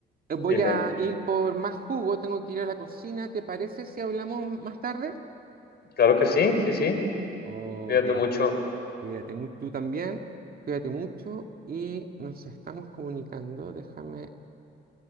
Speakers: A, on the right; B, on the left.
A: eh, voy
B: Dime.
A: a ir por más jugo, tengo que ir a la cocina, ¿te parece si hablamos más tarde?
B: Claro que sí, sí, sí.
A: Ok,
B: Cuídate mucho.
A: cuídate mucho, tú también, cuídate mucho y nos estamos comunicando, déjame